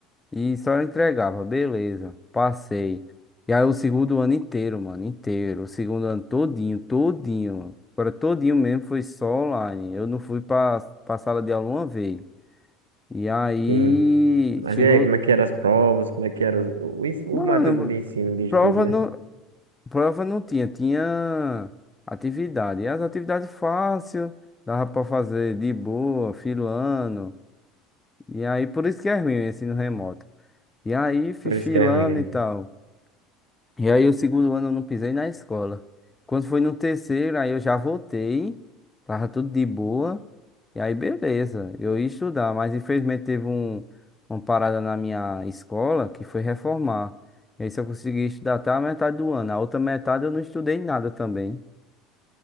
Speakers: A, on the left; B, on the right.
A: E só entregava, beleza. Passei. E aí o segundo ano inteiro, mano, inteiro. O segundo ano todinho, todinho. Agora todinho mesmo foi só online. Eu não fui pra, pra sala de aula uma vez. E aí
B: Sim. Mas
A: chegou.
B: e aí, como é que eram as provas, como é que era os- o, ens- o,
A: Mano,
B: material do ensino de estudo,
A: prova
B: né?
A: não, prova não tinha, tinha atividade. E as atividades fácil, dava pra fazer de boa, filando. E aí por isso que é ruim o ensino remoto. E aí fui
B: Por
A: filando
B: isso que é ruim, né?
A: e tal. E aí, o segundo ano eu não pisei na escola. Quando foi no terceiro, aí eu já voltei, tava tudo de boa. E aí, beleza, eu ia estudar, mas infelizmente teve um, uma parada na minha escola que foi reformar. E aí, só consegui estudar até a metade do ano. A outra metade eu não estudei nada também.